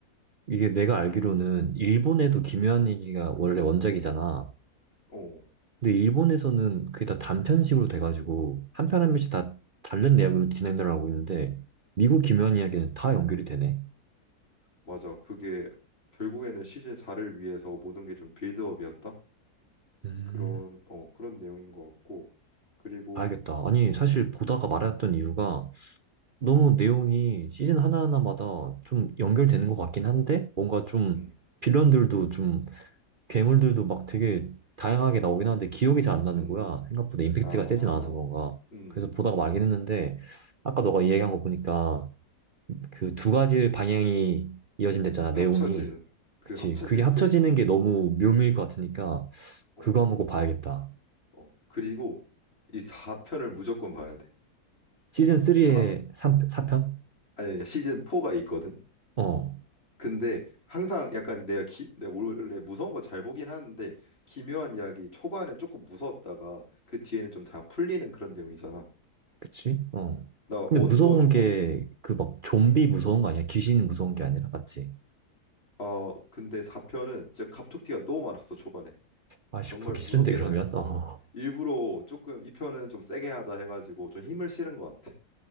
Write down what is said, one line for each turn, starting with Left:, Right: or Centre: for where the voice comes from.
Right: 이게 내가 알기로는 일본에도
Left: 어,
Right: 김요한 얘기가 원래 원작이잖아.
Left: 어.
Right: 근데 일본에서는 그게 다 단편식으로 돼가지고 한편 한 편씩 다 다른 내용으로 진행을 하고 있는데 미국 기묘한
Left: 음,
Right: 이야기는 다 연결이 되네.
Left: 맞아. 그게 결국에는 시즌 4를 위해서 모든 게 좀 빌드업이었다.
Right: 음,
Left: 그런 어, 그런 내용인 것 같고. 그리고
Right: 봐야겠다. 아니 사실 보다가 말았던 이유가 너무 내용이 시즌 하나하나마다 좀 연결되는 것 같긴 한데 뭔가 좀
Left: 음,
Right: 빌런들도 좀 괴물들도 막 되게 다양하게 나오긴 하는데 기억이 잘 안 나는
Left: 음.
Right: 거야. 생각보다 임팩트가
Left: 아,
Right: 세진 않아서
Left: 어.
Right: 그런가.
Left: 어. 음.
Right: 그래서 보다가 말긴 했는데 아까
Left: 음. 음.
Right: 너가 얘기한 거 보니까 그 두 가지 방향이 이어진댔잖아,
Left: 합쳐지는
Right: 내용이.
Left: 그
Right: 그치.
Left: 합쳐질
Right: 그게 합쳐지는
Left: 때
Right: 게 너무 묘미일 것 같으니까,
Left: 어,
Right: 그거 한번 꼭 봐야겠다.
Left: 어. 그리고 이 4편을 무조건 봐야 돼.
Right: 시즌 3의
Left: 4
Right: 4편?
Left: 아니 시즌 4가 있거든.
Right: 어.
Left: 근데 항상 약간 내가 기, 내가 원래 무서운 거 잘 보긴 하는데 기묘한 이야기 초반엔 조금 무서웠다가 그 뒤에는 좀 다 풀리는 그런 내용이잖아.
Right: 그치? 어.
Left: 나
Right: 근데
Left: 원도
Right: 무서운
Left: 조금
Right: 게, 그 막 좀비 무서운 거 아니야? 귀신 무서운 게 아니라, 맞지?
Left: 어 어, 근데 4편은 진짜 갑툭튀가 너무 많았어 초반에.
Right: 아씨,
Left: 정말
Right: 보기
Left: 무섭게
Right: 싫은데, 그러면?
Left: 나왔어. 어.
Right: 어.
Left: 일부러 조금 이 편은 좀 세게 하자 해가지고 좀 힘을 실은 것 같아.